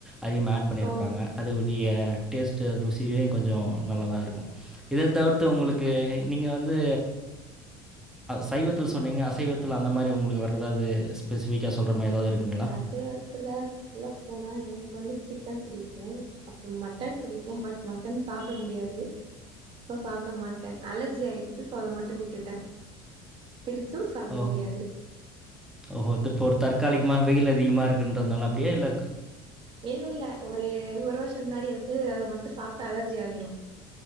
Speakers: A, in the centre; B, on the right.
A: அதிகமாக அட் பண்ணியிருப்பாங்க
B: ஓ
A: அது உடைய டேஸ்ட்டு ருசியும் கொஞ்சம் நல்லாதா இருக்கும் இத தவிர்த்து உங்களுக்கு நீங்க வந்து சைவத்தில் சொன்னிங்க அசைவத்தில் அந்த மாதிரி உங்களுக்கு வேர் எதாவது ஸ்பெசிஃபிக்காக சொல்கிற மாதிரி ஏதாவது இருக்குங்களா
B: அசைவத்துல சொல்ல போனா எனக்கு வந்து சிக்கன் பிடிக்கும் அப்புறம் மட்டன் பிடிக்கும் பட் மட்டன் சாப்பிட முடியாது சோ சாப்பிட மாட்டே அலர்ஜி ஆயிடுச்சு சோ அத மட்டும் விட்டுட்டே பிடிச்சு சாப்பிட
A: ஓஹோ
B: முடியாது
A: ஓஹோ! இப்போ ஒரு தற்காலிகமா வெயில் அதிகமா இருக்குன்றதுனால அப்படியா இல்ல
B: இல்ல இல்ல ஒரு ஒரு வருஷம் முன்னாடி வந்து அது மட்டும் சாப்பிட்டா அலர்ஜி ஆயிரும்